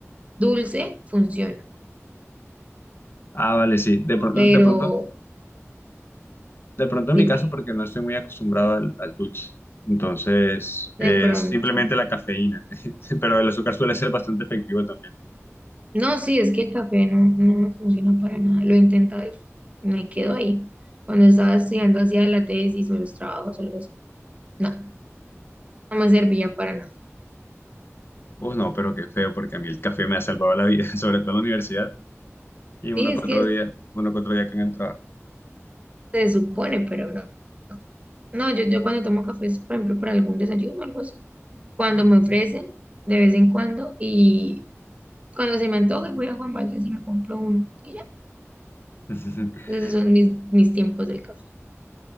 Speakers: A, on the right; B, on the left.
A: dulce funciona,
B: Ah, vale, sí, de, pronto-
A: pero
B: de pronto De pronto en
A: dime,
B: mi caso, porque no estoy muy acostumbrado al, al dulce. Entonces, es
A: de pronto.
B: simplemente la cafeína. <laughs> Pero el azúcar suele ser bastante efectivo también.
A: No, sí, es que el café no, no me funciona para nada. Lo he intentado y me quedo ahí. Cuando estaba estudiando hacía la tesis o los trabajos o algo así. No, no me servía para nada.
B: Uf, no, pero qué feo, porque a mí el café me ha salvado la vida, <laughs> sobre todo en la universidad. Y uno
A: Sí, es
B: que
A: que
B: otro día, uno que otro día acá en el trabajo.
A: se supone, pero no. No, yo, yo cuando tomo café es, por ejemplo, para algún desayuno o algo así. Cuando me ofrecen, de vez en cuando, y cuando se me antoje voy a Juan Valdez y me compro uno. Y ya,
B: <laughs>
A: esos son mis, mis tiempos del café.